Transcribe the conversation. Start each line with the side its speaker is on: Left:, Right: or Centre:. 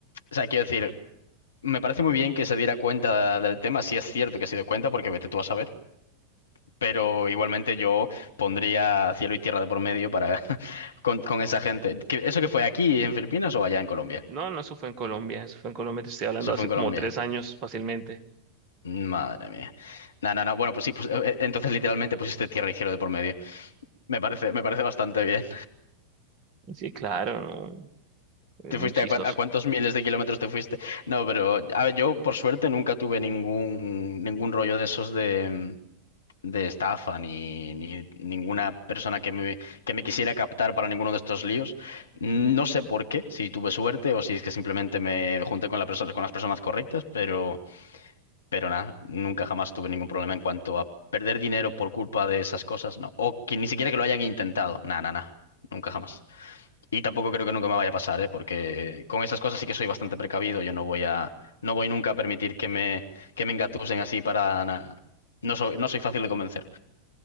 Left: O sea, quiero decir, me parece muy bien que se diera cuenta del tema. Si es cierto que se dio cuenta, porque vete tú a saber. pero igualmente yo pondría cielo y tierra de por medio para <laughs> con, con esa gente. ¿Que- ¿Eso que fue aquí en Filipinas o allá en Colombia?
Right: No, no, eso fue en Colombia, eso fue en Colombia, te estoy hablando
Left: Eso fue
Right: hace
Left: en Colombia.
Right: como tres años fácilmente.
Left: Madre mía. No, no, no. Bueno, pues sí, pues eh, eh, entonces literalmente pusiste tierra y cielo de por medio. Me parece, me parece bastante bien.
Right: Sí, claro, no,
Left: <laughs>
Right: es
Left: ¿Te
Right: muy
Left: fuiste
Right: chistoso.
Left: a, cuán- a cuántos miles de kilómetros te fuiste? No, pero a ver, yo por suerte nunca tuve ningún, ningún rollo de esos de, mm, de estafa ni, ni ninguna persona que me, que me quisiera captar para ninguno de estos líos. No sé por qué, si tuve suerte o si es que simplemente me junté con la persona, con las personas correctas, pero, pero nada, nunca jamás tuve ningún problema en cuanto a perder dinero por culpa de esas cosas, ¿no? O que ni siquiera que lo hayan intentado, nada, nada, nada. Nunca jamás. Y tampoco creo que nunca me vaya a pasar, ¿eh? Porque con esas cosas sí que soy bastante precavido. Yo no voy a, no voy nunca a permitir que me, que me engatusen así para nada. No soy, no soy fácil de convencer.